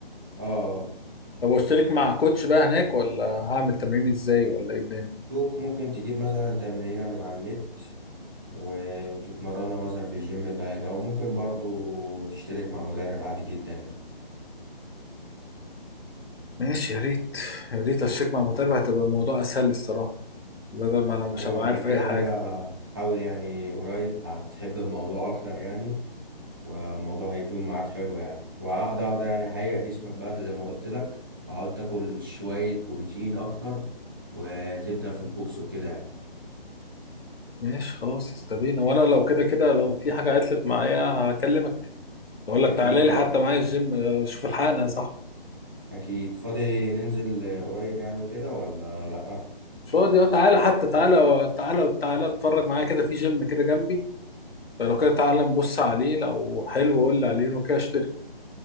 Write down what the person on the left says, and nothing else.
طب واشترك مع كوتش بقى هناك ولا هعمل تمرين ازاي ولا ايه الدنيا
ماشي يا ريت يا ريت اشترك مع مدرب هتبقى الموضوع اسهل لي الصراحه بدل ما انا مش
هبقى عارف
اي حاجه
ماشي خلاص استبينا وانا لو كده كده لو في حاجه عطلت معايا هكلمك اقول لك
تعالى
لي حتى معايا الجيم آه، شوف الحقنا يا صاحبي
مش فاضي اه تعالى حتى تعالى تعالى تعالى اتفرج معايا كده في جيم كده جنبي فلو كده تعالى نبص عليه لو حلو قول لي عليه لو كده اشترك